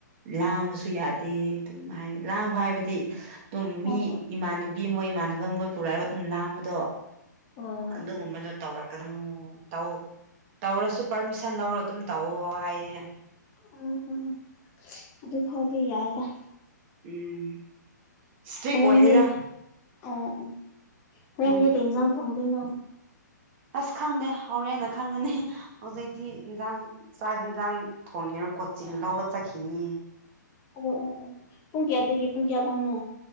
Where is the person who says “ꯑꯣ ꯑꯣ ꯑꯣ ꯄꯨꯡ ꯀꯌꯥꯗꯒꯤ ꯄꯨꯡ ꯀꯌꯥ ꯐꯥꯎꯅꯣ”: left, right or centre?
Left